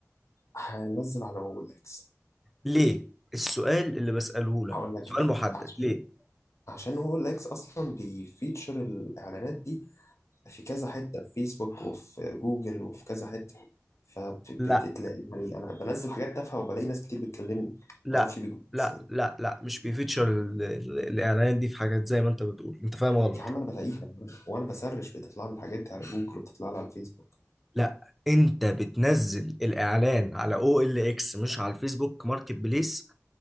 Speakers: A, on the left; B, in the centre.
A: هنزل على رولكس
B: ليه السؤال اللي بسأله لك
A: هقول لك
B: سؤال
A: ليه
B: محدد
A: عشان
B: ليه
A: عشان رولكس اصلا بيفيتشر الاعلانات دي في كذا حتة في فيسبوك وفي جوجل وفي كذا حتة فبتلاقي
B: لا
A: يعني أنا بنزل حاجات تافهة وبلاقي ناس كتير بتكلمني
B: لا
A: معرفش بيجوا
B: لا
A: إزاي
B: لا لا مش بيفيتشر ال- ال- الاعلان دي في حاجات زي ما انت بتقول انت فاهم غلط
A: يا عم أنا بلاقيها <laughs> وأنا بسرش بتطلع لي الحاجات دي على جوجل وبتطلع لي على الفيسبوك
B: لا انت بتنزل الاعلان على او ال اكس مش على الفيسبوك ماركت بليس